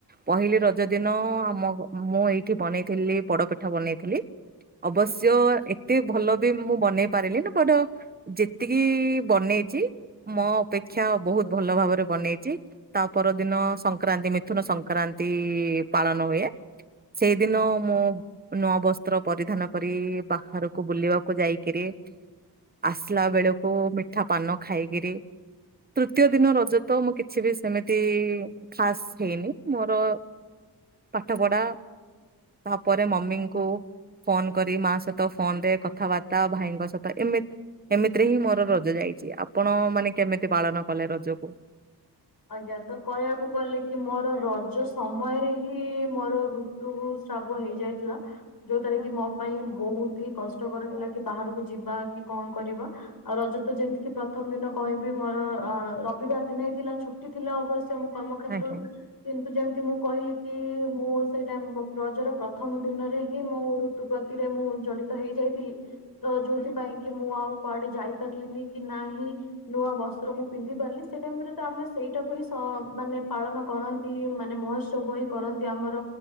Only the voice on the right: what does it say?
ପହିଲି ରଜ ଦିନ ଆମ ମୁଁ ଏଇଠି ବନେଇଥିଲି ପୋଡ ପିଠା ବନେଇଥିଲି। ଅବଶ୍ୟ ଏତେ ଭଲ ବି ମୁଁ ବନେଇ ପାରିଲିନି ବଟ୍ ଯେତିକି ବନେଇଛି ମୋ ଅପେକ୍ଷା ବହୁତ ଭଲ ଭାବରେ ବନେଇଚି। ତା ପରଦିନ ସଂକ୍ରାନ୍ତି ମିଥୁନ ସଂକ୍ରାନ୍ତି ପାଳନ ହୁଏତା ସେଇଦିନ ମୁଁ ନୂଆ ବସ୍ତ୍ର ପରିଧାନ କରି ବାହାରକୁ ବୁଲିବାକୁ ଯାଇକିରି ଆସିଲା ବେଳକୁ ମିଠା ପାନ ଖାଇକିରି ତୃତୀୟ ଦିନ ରଜ ତ ମୁଁ କିଛି ବି ସେମିତି--ଖାଶ୍ ହେଇନି ମୋର ପାଠପଢା ତାହାପରେ ମମିଙ୍କୁ ଫୋନ କରି ମା ସହିତ ଫୋନରେ କଥାବାର୍ତ୍ତା ଭାଇଙ୍କ ସହିତ ଏମିତ୍--ଏମିତିରେ ହିଁ ମୋର ର ରଜ ଯାଇଚି ଆପଣ ମାନେ କେମିତି ପାଳନ କଲେ ରଜକୁ?
ଆଜ୍ଞା